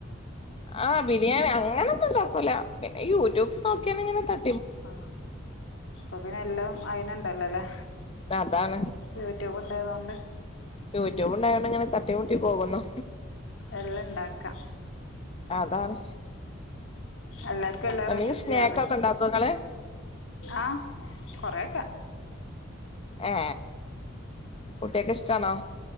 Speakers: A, on the left; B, on the left.
A: ആ ബിരിയാണി അങ്ങനൊന്നും ഒണ്ടാക്കുല പിന്നെ യൂട്യൂബ് നോക്കിയാനങ്ങനെ ത
B: ആ ഇപ്പ പിന്നെ എല്ലാം അയിന്ണ്ടല്ലോല്ലേ
A: അതാണ്
B: യൂട്യൂബ് ഉണ്ടായതൊണ്ട്
A: യൂട്യൂബ് ഉണ്ടായതോണ്ട് ഇങ്ങനെ തട്ടിമ മുട്ടി പോകുന്നു
B: എല്ലാണ്ടാക്കാം
A: അതാണ്
B: എല്ലാർക്കും എല്ലാ
A: എന്തെങ്കിലും
B: റെസിപ്പിറിയും
A: സ്നാക്ക് ഒക്കെ ഉണ്ടാക്കോ ഇങ്ങള്
B: ആ കൊറയൊക്കെ
A: ഏ കുട്ടികക്ക് ഇഷ്ട്ടാണോ